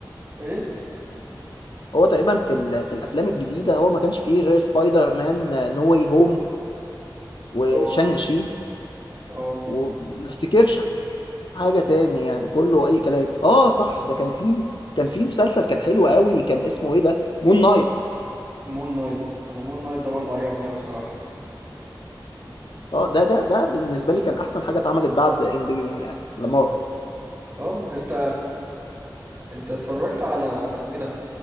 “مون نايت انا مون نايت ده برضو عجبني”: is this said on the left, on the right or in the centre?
Right